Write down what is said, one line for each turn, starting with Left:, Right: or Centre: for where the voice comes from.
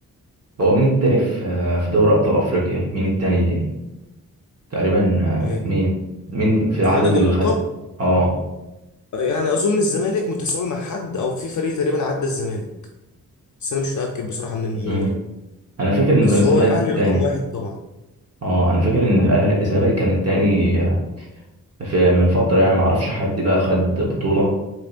Right: هو مين التاني في في دوري ابطال افريقيا مين التاني تقريبا آه،
Left: آه،
Right: مين مين في العدد
Left: في عدد
Right: اللي
Left: الألقاب
Right: خد اه
Left: يعني أظن الزمالك متساوي مع حد أو في فريق تقريبا عدى الزمالك بس أنا مش متأكد بصراحة من المعلومة
Right: مم.
Left: دي
Right: انا فاكر انه
Left: بس
Right: كان الزمالك
Left: هو الأهلي
Right: التاني
Left: رقم واحد طبعا
Right: اه انا فاكر ان الأهلي- الزمالك كان التاني آه، في من فتره يعني ما اعرفش حد بقى خد بطوله